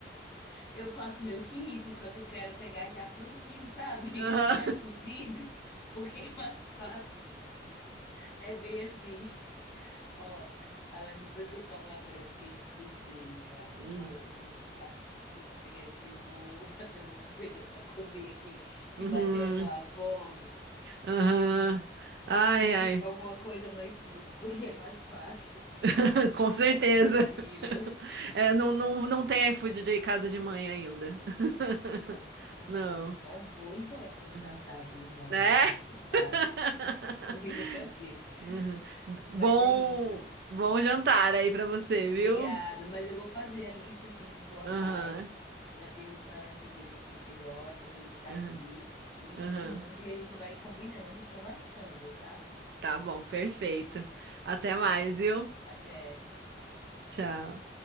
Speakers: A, on the left; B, on the right.
A: Eu faço meio que isso, só que eu quero pegar já prontinho, sabe?
B: <laughs> Aham.
A: <laughs> Já cozido, porque é mais fácil. É bem assim. <laughs> Ó, Alane, você falou agora, eu fiquei num desejo, cara.
B: Hum.
A: Eu vou, eu vou, pa- vou desligar aqui, eu vou <laughs> fazer alguma coisa pra comer aqui, que
B: Uhum.
A: bateu aquela fome.
B: Aham.
A: Eu
B: Ai,
A: vou
B: ai.
A: pedir alguma coisa no iFood, <laughs> porque é mais fácil.
B: <laughs> Com certeza.
A: É bem possível.
B: É, não, não, não tem iFood de casa de mãe ainda. <laughs>
A: Não, não.
B: Não.
A: Ó, boa ideia pra uma startup
B: Uhum.
A: nova.
B: Né? <laughs>
A: Ah, quem sabe? Comida caseira.
B: Uhum.
A: Mas
B: Bom,
A: é isso.
B: bom jantar aí pra você,
A: Obrigado.
B: viu?
A: Mas eu vou fazer a lista, assim, dos locais.
B: Aham.
A: Já deu para entender o que é que você gosta. Eu vou listar
B: Aham.
A: aqui e
B: Aham.
A: te mando e a gente vai combinando e conversando, tá?
B: Tá bom, perfeito.
A: Não esqueceria.
B: Até
A: Ótimo.
B: mais, viu?
A: Até. Tchau.
B: Tchau.